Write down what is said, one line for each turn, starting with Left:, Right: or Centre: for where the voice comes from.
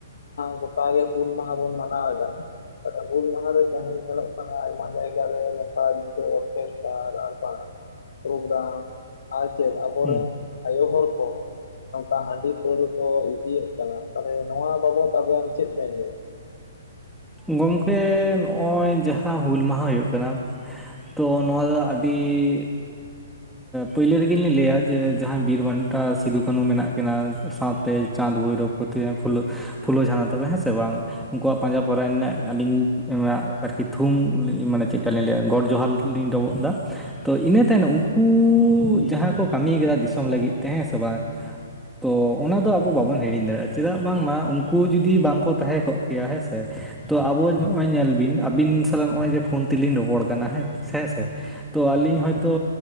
Left: ᱜᱚᱴᱟ ᱜᱮ ᱦᱩᱞ ᱢᱟᱦᱟ ᱵᱚᱱ ᱢᱟᱱᱟᱣᱮᱫᱟ᱾ ᱦᱩᱞ ᱢᱟᱦᱟ ᱨᱮ ᱛᱮᱦᱮᱧ ᱧᱮᱞᱚᱜ ᱠᱟᱱᱟ ᱟᱭᱢᱟ ᱡᱟᱭᱜᱟ ᱨᱮ ᱱᱚᱝᱠᱟ ᱧᱤᱫᱟᱹ ᱚᱨᱠᱮᱥᱴᱟᱨ ᱟᱨ ᱵᱟᱝᱼᱼᱼᱼ ᱯᱨᱳᱜᱨᱟᱢ ᱟᱨ ᱪᱮᱫ ᱟᱵᱚᱨᱮᱱ
Centre: ᱦᱩᱸ
Left: ᱟᱭᱳ ᱦᱚᱲ ᱠᱚ᱾ ᱱᱚᱝᱠᱟ ᱦᱟᱺᱰᱤ ᱯᱟᱹᱣᱨᱟᱹ ᱠᱚ ᱤᱫᱤᱭᱮᱫ ᱠᱟᱱᱟ ᱛᱟᱦᱚᱞᱮ ᱱᱚᱣᱟ ᱵᱟᱵᱚᱛ ᱟᱵᱮᱱ ᱪᱮᱫ ᱵᱮᱱ ᱞᱟᱹᱭᱟ᱾
Centre: ᱜᱚᱢᱠᱮ ᱱᱚᱜᱼᱚᱭ ᱡᱟᱦᱟᱸ ᱦᱩᱞ ᱢᱟᱦᱟ ᱦᱳᱭᱳᱜ ᱠᱟᱱᱟ᱾ ᱛᱚ ᱱᱚᱣᱟ ᱫᱚ ᱟᱹᱰᱤᱼᱼ ᱯᱟᱹᱭᱞᱟᱹ ᱨᱮᱜᱮ ᱞᱤᱧ ᱞᱟᱹᱭᱼᱟ ᱡᱮ ᱡᱟᱦᱟᱸᱭ ᱵᱤᱨᱵᱟᱱᱴᱟ ᱥᱤᱫᱩ ᱠᱟᱹᱱᱩ ᱢᱮᱱᱟᱜ ᱠᱤᱱᱟᱹ ᱥᱟᱶᱛᱮᱼᱼ ᱪᱟᱸᱫᱽ ᱵᱷᱳᱭᱨᱳᱵ ᱯᱷᱩᱞᱚ ᱡᱷᱟᱱᱚ ᱛᱟᱠᱚ ᱦᱮᱸ ᱥᱮ ᱵᱟᱝᱼᱼᱼ ᱩᱱᱠᱩᱣᱟᱜ ᱯᱟᱸᱡᱟ ᱯᱚᱨᱟᱭᱱᱤ ᱨᱮᱱᱟᱜ ᱟᱹᱞᱤᱧ ᱟᱨᱠᱤ ᱛᱷᱩᱢ ᱢᱟᱱᱮ ᱪᱮᱫᱠᱟ ᱞᱤᱧ ᱞᱟᱹᱭᱟ ᱜᱚᱴ ᱡᱚᱦᱟᱨᱼᱼᱼ ᱰᱤᱧ ᱰᱚᱵᱚᱜᱫᱟ᱾ ᱛᱚ ᱤᱱᱟᱹ ᱛᱟᱭᱱᱚᱢ ᱩᱱᱠᱩ ᱡᱟᱦᱟᱸ ᱠᱚ ᱠᱟᱹᱢᱤ ᱠᱟᱫᱟ ᱫᱤᱥᱚᱢ ᱞᱟᱹᱜᱤᱫ ᱛᱮ ᱦᱮᱸ ᱥᱮ ᱵᱟᱝᱼᱼᱼ ᱛᱚ ᱚᱱᱟ ᱫᱚ ᱟᱵᱚ ᱵᱟᱵᱚᱱ ᱦᱤᱲᱤᱧ ᱫᱟᱲᱮᱭᱟᱜᱼᱟ ᱪᱮᱫᱟᱜ ᱵᱟᱝᱢᱟ ᱩᱱᱠᱩ ᱡᱩᱫᱤ ᱵᱟᱝᱠᱚ ᱛᱟᱦᱮᱸ ᱠᱚᱜᱼᱼ ᱠᱮᱭᱟ ᱦᱮᱸ ᱥᱮᱼᱼ ᱛᱚ ᱟᱵᱚ ᱱᱚᱜᱼᱚᱭ ᱧᱮᱞ ᱵᱤᱱ ᱟᱹᱵᱤᱱ ᱥᱟᱞᱟᱜ ᱱᱚᱜᱼᱚᱭ ᱡᱮ ᱯᱷᱳᱱ ᱛᱮᱞᱤᱧ ᱨᱚᱯᱚᱲ ᱠᱟᱱᱟ ᱦᱮᱸ ᱥᱮᱼᱼ ᱛᱚ ᱟᱹᱞᱤᱧ ᱦᱚᱭ ᱛᱚ